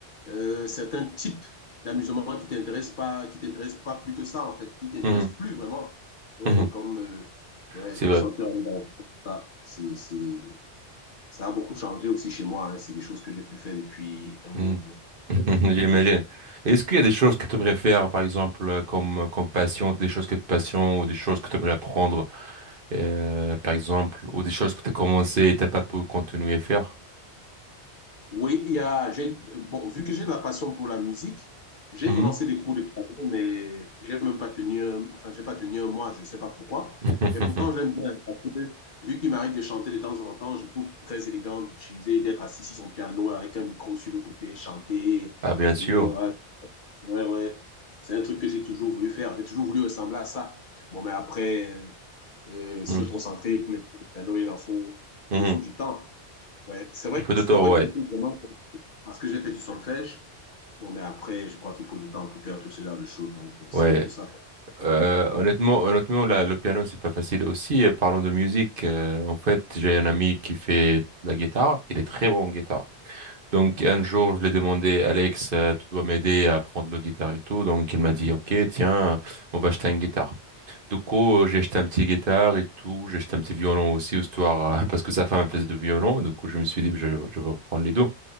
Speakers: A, on the left; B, on the right.
A: euh, certains types d'amusement qui t'intéressent pas, qui t'intéressent pas plus que ça, en fait, qui t'intéressent
B: Mhm,
A: plus vraiment. Ouais,
B: mhm,
A: comme euh, ouais,
B: c'est vrai.
A: sortir en dehors, tout ça, c'est, c'est, Ça a beaucoup changé aussi chez moi. hein. C'est des choses que j'ai pu faire depuis un
B: Mhm.
A: bon bout.
B: <laughs> J'imagine.
A: Oui, oui.
B: Est-ce qu'il y a des choses que tu aimerais faire, par exemple, euh, comme, euh, comme passion, des choses que tu passions ou des choses que tu aimerais apprendre, euh, par exemple, ou des choses que tu as commencé et t'as pas pu continuer à faire?
A: Oui, il y a, j'ai, euh, bon, vu que j'ai de la passion pour la musique, j'ai
B: Mhm.
A: commencé des cours de piano, mais j'ai même pas tenu, un- enfin, j'ai pas tenu un mois, je sais pas pourquoi.
B: <laughs>
A: Mais pourtant, j'aime bien, parce que vu qu'il m'arrive de chanter de temps en temps, je trouve très élégant d'utiliser, d'être assis sur son piano avec un micro sur le côté, chanter.
B: Ah, bien sûr.
A: Ouais, ouais, ouais. ouais. C'est un truc que j'ai toujours voulu faire. J'ai toujours voulu ressembler à ça. Bon, mais après. euh, euh,
B: Mhm.
A: se concentrer pour les cours de piano, il en faut,
B: Mhm.
A: il faut du temps. Ouais. C'est vrai
B: Un peu
A: que
B: de
A: c'est
B: temps,
A: un vrai
B: ouais.
A: vraiment, parce que j'ai fait du solfège. Bon, mais après, je crois qu'il faut du temps pour faire tout ce genre de choses. Donc,
B: Ouais.
A: c'est un peu ça, quoi.
B: Euh,
A: Bon.
B: honnêtement, honnêtement, la- le piano, c'est pas facile. Aussi, euh, parlons de musique. euh, en fait, j'ai un ami qui fait de la guitare. Il est très bon en guitare. Donc un jour, je lui ai demandé, Alex, euh, tu dois m'aider à apprendre le guitare et tout. Donc il m'a dit, OK, tiens, on va acheter une guitare. Du coup, euh, j'ai acheté un petit guitare et tout. J'ai acheté un petit violon aussi, histoire, euh, <laughs> parce que sa femme faisait du violon. Du coup, je me suis dit, je, je vais prendre les deux.